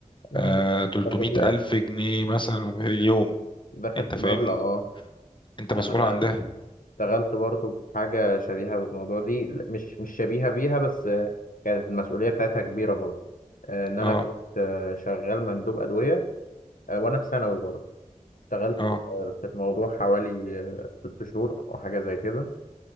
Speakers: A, on the left; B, on the left.
A: امم
B: آه، 300
A: فانت تلاقي
B: ألف جنيه مثلا في اليوم
A: داخل
B: أنت
A: في
B: فاهمني
A: مبلغ اه
B: أنت مسؤول
A: انا
B: عن ده
A: اشتغلت برضو في حاجه شبيهه بالموضوع دي ل- مش مش شبيهه بيها بس آه، كانت المسؤوليه بتاعتها كبيره برضو آه، ان انا
B: أه
A: كنت آه، شغال مندوب ادويه آه، وانا في ثانوي برضو اشتغلت
B: أه
A: آه، في الموضوع حوالي آه، ست شهور او حاجه زي كده